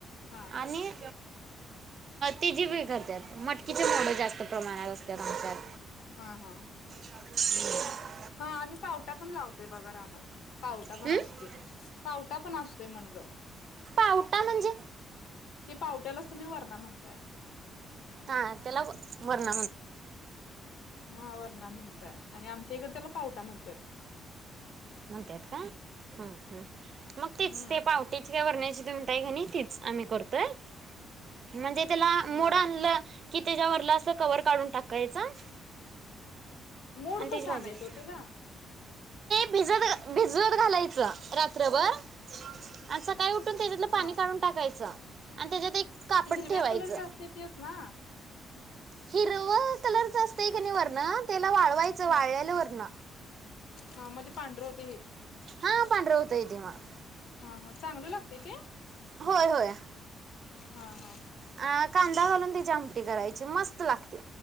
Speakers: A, on the left (about 85°); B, on the right (about 50°).
A: हा
B: आणि तची बी करत्यात. मटकीचे मोड जास्त प्रमाणात असतात आमच्यात.
A: हम, हम.
B: हम्म.
A: हा आणि् पावटा पण लावतोय बघा रानात, पावटा
B: हम्म
A: पण असतो पावटा पण असतय म्हणलं.
B: पाऊठा म्हणजे.
A: ते पावट्यालाच तुम्ही वरणा म्हणताय.
B: ह त्याला वरणा म्हण.
A: हा वरणा म्हणताय आणि आमच्या इकडे त्याला पावटा म्हणतात.
B: म्हणतात का ह मग तेच
A: हम्म
B: ते पावट्याची त्या वरण्याची. म्हणताय कनी तेचं आम्ही करतोय. म्हणजे त्याला मोड
A: हा.
B: आणलं कि त्याच्यावरला अस कवर काढून टाकायचं.
A: मोड
B: आणि त्याची
A: कसं
B: भाजी
A: आणायचं
B: ते.
A: ओ त्याला
B: भिजत भिजत घालायचं रात्रभर आणि सकाळी. सकाळी काय उठून त्याच्यातलं
A: हा
B: पाणी काढून टाकायचं आणि त्याच्यात एक. कापड
A: ते हिरव्या
B: ठेवायचं
A: कलरच असतय तेच ना
B: हिरव कलर. असत कणी वरण त्याला वाळवायचं, वाळलेलं
A: हा
B: वरण.
A: हा मध्ये पांढर होत.
B: हा पांढर होतय ते मग.
A: हा, ह चांगलं लागतय ते.
B: होय होय.
A: हा, हा.
B: अ कांदा घालून त्याची आमटी करायची मस्त लागते.